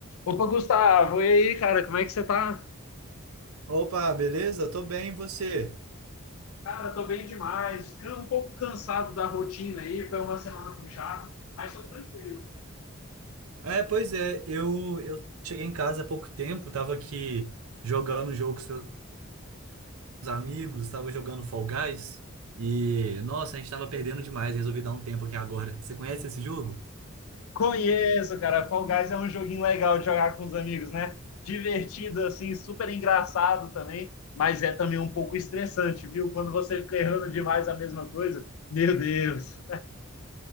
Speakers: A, on the left; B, on the right.
A: Opa, Gustavo, e aí, cara, como é que você tá?
B: Opa, beleza? Tô bem, e você?
A: Cara, tô bem demais. Can- Um pouco cansado da rotina aí, foi uma semana puxada, mas tô tranquilo.
B: É, pois é, eu, eu cheguei em casa há pouco tempo, tava aqui jogando um jogo com os meus amigos, tava jogando Fall Guys, e nossa, a gente tava perdendo demais, resolvi dar um tempo aqui agora. Você conhece esse jogo?
A: Conheço, cara. Fall Guys é um joguinho legal de jogar com os amigos, né? Divertido, assim, super engraçado também, mas é também um pouco estressante, viu? Quando você fica errando demais a mesma coisa, meu Deus.